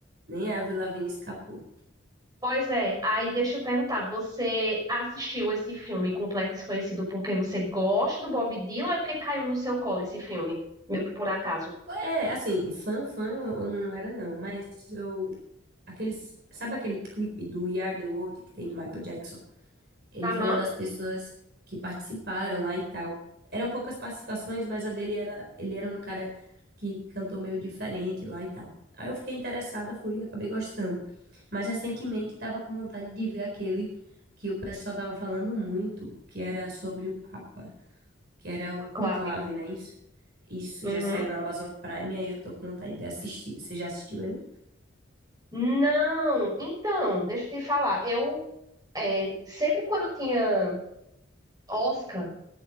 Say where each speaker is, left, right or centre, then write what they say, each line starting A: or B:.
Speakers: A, on the right; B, on the right.
A: Nem a Avril Lavigne escapou.
B: Pois é, aí deixa eu perguntar, você assistiu esse filme Completo Desconhecido porque você gosta do Bob Dylan ou é porque caiu no seu colo esse filme? Meu que por acaso.
A: É, assim, fã, fã eu não era não, mas eu... Aqueles, sabe aquele clipe do We Are The World que tem do Michael Jackson? Ele
B: Aham,
A: foi uma das pessoas que participaram lá e tal. Eram poucas participações, mas a dele era... Ele era um cara que cantou meio diferente lá e tal. Aí eu fiquei interessada, fui e acabei gostando. Mas recentemente tava com vontade de ver aquele que o pessoal tava falando muito, que era sobre o Papa. que era o Conclave,
B: Clave.
A: né? isso? Isso,
B: Uhum.
A: já saiu na Amazon Prime, aí eu tô com vontade de assistir. Você já assistiu ele?
B: Não, então, deixa eu te falar. Eu é, sempre quando tinha Oscar